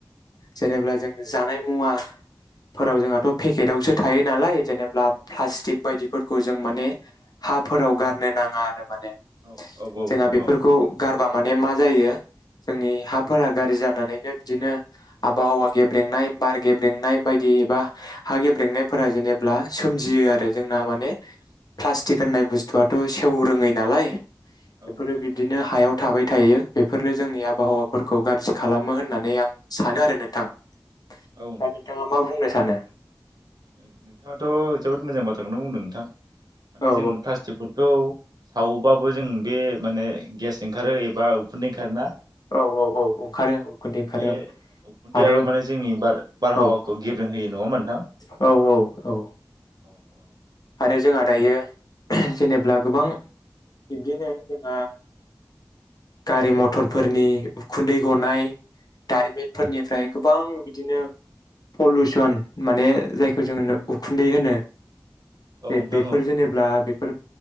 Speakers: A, on the left; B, on the right.
A: जेनेब्ला जोंनो जानाय मुवा फोराव जोंहाथ' पेकेटआवसो थायो नालाय जेनेबा प्लास्टिक बायदिफोरखौ जों माने हाफोराव गारनो नाङा आरो माने
B: औ औ नोंथां
A: जोंहा बेफोरखौ
B: औ
A: गारबा माने मा जायो जोंनि हाफोरा गाज्रि जानानैनो बिदिनो आबहावा गेब्रेंनाय बार गेब्रेंनाय बायदि एबा हा गेब्रेंनायफोरा जेनेबा सोमजियो आरो जोंना माने फ्लासटिक होननाय बुस्थुाथ' सेव रोङै नालाय
B: औ
A: बेफोरो
B: नोंथां
A: बिदिनो
B: औ
A: हायाव थाबाय थायो बेफोरनि जोंनि आबहावाफोरखौ गाज्रि खालामो होननानै आं सानो आरो नोंथां ।
B: औ
A: दा नोंथाङा मा बुंनो सानो?
B: उम नोंथाङाथ' जोबोद मोजां बाथ्राखौनो बुंदों नोंथां माने
A: औ
B: जों प्लास्टिकफोरखौ सावबाबो जों बे माने गेस ओंखारो एबा उफुन्दै ओंखारोना
A: औ औ ओंखारो उखुन्दै ओंखारो
B: बे
A: ओं
B: उफुन्दैयाबो
A: आरो
B: माने जोंनि बार बारहावाखौ
A: औ
B: गेबें होयो नङा होमबा नोंथां?
A: औ औ औ ।
B: औ औ ।
A: आरो जोंहा दायो जेनेब्ला गोबां बिब्दिनो जोंहा गारि मथरफोरनि उखुन्दै गनाय दारिमिनफोरनिफ्राय गोबां बिदिनो पलुसन माने जायखौ जोङो उखुन्दै होनो जे
B: नोंथां
A: बेफोर
B: औ नोंथां औ
A: जेनेब्ला बेफोर